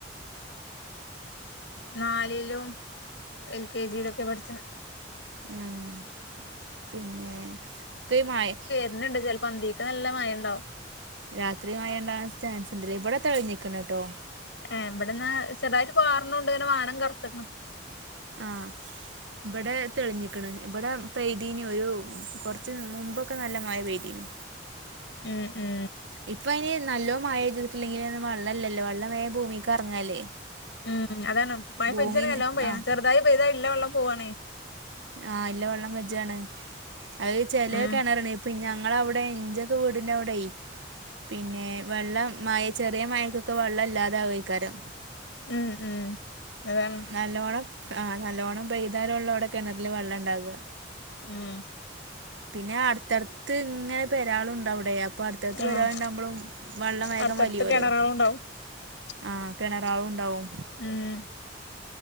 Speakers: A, on the left; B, on the right.
A: നാലിലും എൽ കെ ജിയിലും ഒക്കെ പഠിച്ച്ണെ
B: ഏഹ് പിന്നെ ഇപ്പ ഈ മഴേം
A: ഇന്ന്ണ്ട് ചെലപ്പോ അന്തീക്ക് നല്ല മഴ ഇണ്ടാവും
B: രാത്രി മയണ്ടാവാൻ ചാൻസ് ഇണ്ട്ല്ലേ ഇബടെ തെളിഞ്ഞിക്ക്ണട്ടാ
A: ഏഹ് ഇബടെന്നാ ചെർതായിട്ട് പാർണുണ്ട് ഇങ്ങനെ മാനം കറുത്ത്ക്ക്ണ്
B: ആഹ് ഇബടെ തെളിഞ്ഞിക്ക്ണ് ഇബടെ പെയ്തീനി ഒരു കുറച്ച് മുമ്പൊക്കെ നല്ല മയ പെയ്തീനു
A: ഉം ഉം
B: ഇപ്പ അയിന് നല്ലോ മഴെയ്തിട്ടില്ലെങ്കിലൊന്നും വള്ളല്ലല്ലോ വള്ളം വേം ഭൂമീക്ക് എറങ്ങല്ലേ
A: ഉം അതാണ് മയ
B: ഭൂമീന്ന്
A: പെജാണെങ്കി നല്ലോം പെയ്യണം
B: ആഹ്
A: ചെറുതായി പെയ്താ ഇള്ള വെള്ളോം പോവാണേ
B: ആഹ് ഇല്ല വെള്ളം കജ്ജാണ് അത് ചെലെ
A: ഉം
B: കെണറിന് പിൻ ഞങ്ങളവിടെ ഇഞ്ചൊക്കെ വീടിന്റെ അവിടെയി പിന്നെ വെള്ളം മയ ചെറ് <unintelligible> മഴക്കൊക്കെ വെള്ളം ഇല്ലാതെ <unintelligible>
A: ഉം ഉം അതാണ്
B: നല്ലോണം ആഹ് നല്ലോണ്ണം പെയ്താല് ഉള്ളു അവിടെ കിണറില് വെള്ളം ഉണ്ടാവുക
A: ഉം
B: പിന്നെ അടുത്തടുത്ത് ഇങ്ങനെ പെരാളുണ്ടവിടെ അപ്പൊ അടുത്തടുത്ത്
A: ആഹ്
B: പെരാളുണ്ടാവുമ്പളും വെള്ളം വേഗം
A: അടുത്തടുത്ത്
B: വലിയൂല്ലോ
A: <unintelligible>
B: ആഹ് കിണറാവും ഉണ്ടാവും
A: ഉം